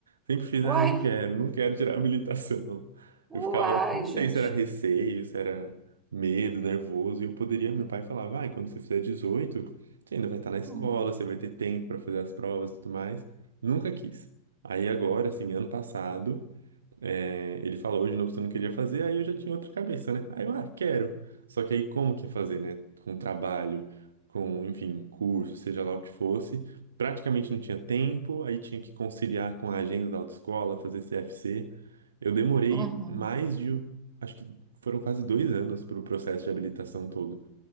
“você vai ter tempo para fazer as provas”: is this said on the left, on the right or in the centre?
Right